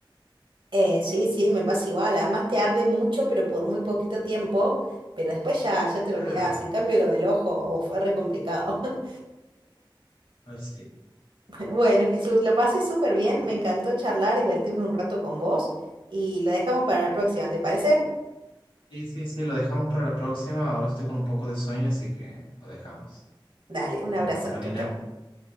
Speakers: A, on the right; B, on the left.
A: Eh, sí, sí, me pasa igual. Además te arde mucho, pero por muy poquito tiempo. Pero después ya, ya te
B: Claro,
A: lo olvidás. En cambio, lo del ojo, oh, fue re complicado. <laughs>
B: ay, sí.
A: Bueno, Jesús, la pasé súper bien. Me encantó charlar, divertirme un rato con vos. Y lo dejamos para la próxima, ¿te parece?
B: Sí, sí, sí, lo dejamos para la próxima. Ahora estoy con un poco de sueño, así que lo dejamos.
A: Dale, un
B: Nos
A: abrazo.
B: vemos, Corina.
A: Chau, chau.